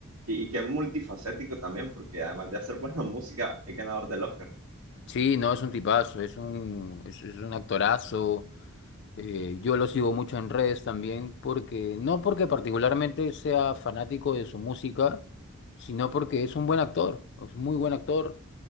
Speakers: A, on the right; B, on the left.
A: y que es multifacético también, porque además de hacer <laughs> buena música, es ganador del Oscar.
B: Sí, no, es un tipazo, es un, es, es un actorazo. Eh, yo lo sigo mucho en redes también, porque no porque particularmente sea fanático de su música, sino porque es un buen actor, es muy buen actor.